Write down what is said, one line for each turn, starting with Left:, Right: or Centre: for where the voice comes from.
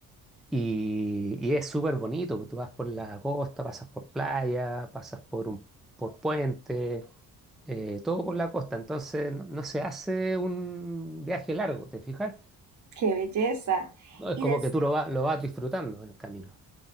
Centre: Y, y es súper bonito, porque tú vas por la costa, pasas por playa, pasas por un, por puente. eh, todo por la costa, entonces no, no se hace un viaje largo, ¿te fijas?
Right: qué belleza.
Centre: No, es
Right: Y,
Centre: como
Right: des-
Centre: que tú lo, va- lo vas disfrutando en el camino.